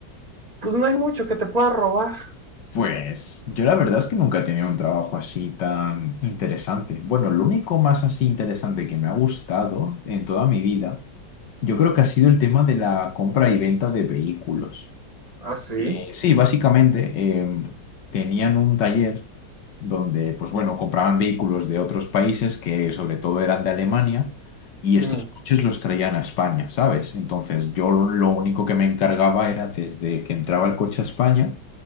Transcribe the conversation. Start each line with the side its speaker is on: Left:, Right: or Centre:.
Right: pues no hay mucho que te pueda robar.
Left: Pues yo la verdad es que nunca he tenido un trabajo así tan interesante. Bueno, lo único más así interesante que me ha gustado en toda mi vida, yo creo que ha sido el tema de la compra y venta de vehículos.
Right: ¿Ah, sí?
Left: Eh, sí, básicamente eh, tenían un taller donde, pues bueno, compraban vehículos de otros países que sobre todo eran de Alemania y
Right: Mm.
Left: estos coches los traían a España, ¿sabes? Entonces yo lo único que me encargaba era desde que entraba el coche a España